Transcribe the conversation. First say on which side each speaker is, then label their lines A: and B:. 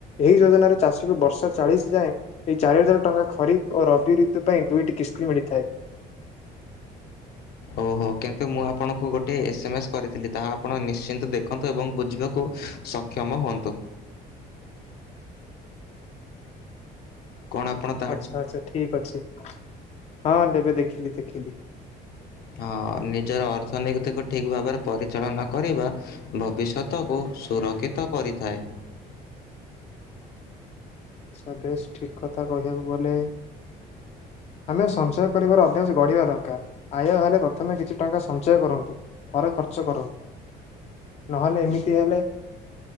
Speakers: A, on the left (about 40°); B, on the left (about 65°).
A: ଏହି ଯୋଜନାରେ ଚାଷୀକୁ ବର୍ଷ ଚାଳିଶ ଯାଏଁ ଏଇ ଚାରି ହଜାର ଟଙ୍କା ଖରିଫ୍ ଓ ରବି ଏଥି ପାଇଁ ଦୁଇଟି କିସ୍ତି ମିଳିଥାଏ।
B: ଓହୋ କିନ୍ତୁ ମୁଁ ଆପଣଙ୍କୁ ଗୋଟିଏ ଏସେ ମେସ କରିଥିଲି ତାହା ଆପଣ ନିଶ୍ଚିନ୍ତ ଦେଖନ୍ତୁ ଏବଂ ବୁଝିବାକୁ ସକ୍ଷମ ହୁଅନ୍ତୁ। କଣ ଆ
A: ଆଛା ଆଛା ଠିକ୍ ଅଛି ହଁ ଦେବେ ଦେଖିଲି ଦେଖିଲି।
B: ହଁ ନିଜର ଅର୍ଥନୀତିକୁ ଠିକ୍ ଭାବରେ ପରିଚାଳନା କରିବା। ଭବିଷତକୁ ସୁରକ୍ଷିତ କରିଥାଏ।
A: ସ ଦେଶ୍ ଠିକ୍ କଥା କହିବାକୁ ଗଲେ ଆମେ ସଞ୍ଚୟ କରିବାର ଅଭ୍ୟାସ ଗଢିବା ଦରକାର। ଆୟ ହେଲେ ପ୍ରଥମେ କିଛି ଟଙ୍କା ସଞ୍ଚୟ କରନ୍ତୁ ଫରେ ଖର୍ଚ୍ଚ କରନ୍ତୁ। ନହେଲେ ଏମିତି ହେଲେ